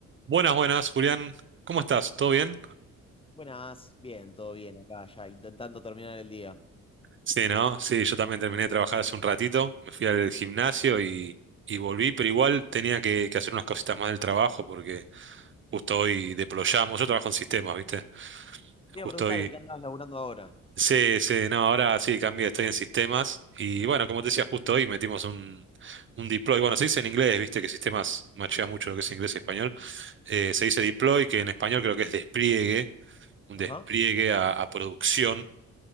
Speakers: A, on the right; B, on the left.
A: Buenas, buenas, Julián. ¿Cómo estás? ¿Todo bien?
B: Buenas, bien, todo bien acá ya, intentando terminar el día.
A: Sí, ¿no? Sí, yo también terminé de trabajar hace un ratito. Me fui al gimnasio y, y volví, pero igual tenía que, que hacer unas cositas más del trabajo porque justo hoy deployamos. Yo trabajo en sistemas, ¿viste?
B: Te
A: Justo
B: iba a preguntar
A: hoy.
B: en qué andabas laburando ahora.
A: Sí, sí, no, ahora sí cambié, estoy en sistemas. Y bueno, como te decía, justo hoy metimos un, un deploy. Bueno, se dice en inglés, ¿viste? Que sistemas machea mucho lo que es inglés y español. Eh, se
B: Sí.
A: dice deploy, que en español creo que es despliegue, un
B: Ajá.
A: despliegue a a producción